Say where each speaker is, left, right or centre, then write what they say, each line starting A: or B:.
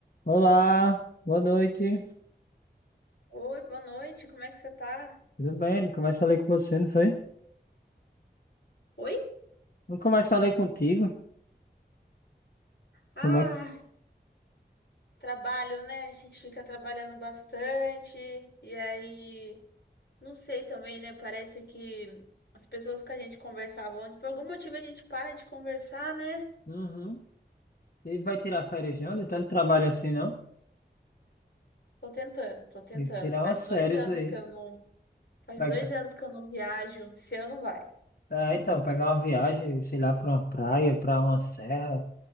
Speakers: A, on the left (about 55°); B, on the left (about 75°).
A: Olá, boa noite.
B: Oi, boa noite, como é que você tá?
A: Tudo bem? Nunca mais falei com você, não foi?
B: Oi?
A: Nunca mais falei contigo.
B: Ah,
A: Como é que.
B: trabalho, né? A gente fica trabalhando bastante, e aí, não sei também, né? Parece que as pessoas que a gente conversava antes, por algum motivo a gente para de conversar, né?
A: Uhum. E vai tirar férias de onde? Tanto trabalho assim, não?
B: Tô tentando, tô tentando.
A: Tem que tirar
B: Faz
A: umas
B: dois
A: férias
B: anos
A: aí.
B: que eu não, faz
A: Pega.
B: dois anos que eu não viajo. Esse ano vai.
A: É, então, pegar uma viagem, sei lá, pra uma praia, pra uma serra.